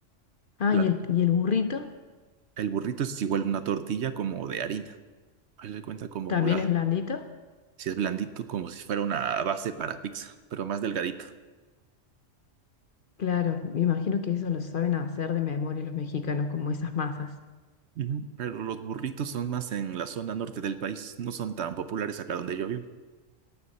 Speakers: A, on the left; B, on the right.
A: Ah,
B: La-
A: y el, y el burrito
B: el burrito es igual una tortilla como de harina. Haz de cuenta como
A: también
B: la,
A: es blandito.
B: si es blandito, como si fuera una base para pizza, pero más delgadito.
A: Claro, me imagino que eso lo saben hacer de memoria los mexicanos, como esas masas.
B: Ujú. Pero los burritos son más en la zona norte del país, no son tan populares acá donde yo vivo.